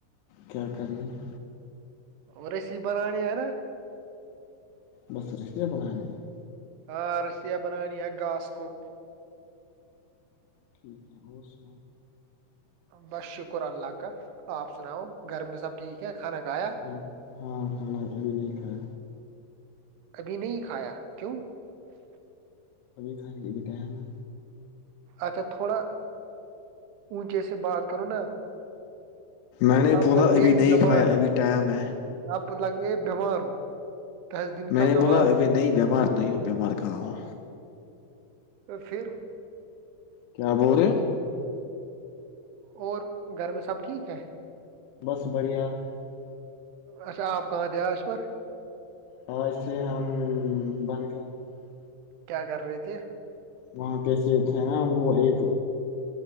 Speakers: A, on the left; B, on the right.
A: کیا کر گ <inaudible>
B: اور ایسی بنانی ہے نا
A: بست ر اس بنا نہیں <inaudible>
B: ہاں رسییا بنانی ہے گاس کوو
A: ٹھیک ہے اور سنا <inaudible>
B: بس شکر اللہ کاا آپ سناؤ گھر میں سب ٹھیک ہے کھانا کھایا
A: ہ ہاں کھانا پ بھی نہیں کھایا <inaudible>
B: ابھی نہیں کھایا کیوں <inaudible>
A: ہاں ج بھی ٹائم <inaudible>
B: اچھا تھوڑا اونچے سے بات کروں نا
A: میں نے
B: آپ
A: بولا
B: لگ رہے
A: ابھی نہیں
B: بیمار
A: کھایا
B: ہو
A: ابھی ٹائم ہے
B: آپ لگ رہے بیمار ہو دس دن
A: میں
B: کا
A: نے
B: بیمار
A: بولا ابھی
B: ہوا
A: نئی بیمار نئی بیمار کہاں ہو
B: پھر
A: کیا بول رہے ہو
B: اور گھر میں سب ٹھیک ہے
A: بس بڑھیا <unintelligible>
B: اچھا آپ کہاں تھے آ اس پر <unintelligible>
A: اور ایسے ہم بنے کا <unintelligible>
B: کیا کر رہے تھے <unintelligible>
A: وہاں پہ سے ہے نا وہ ایک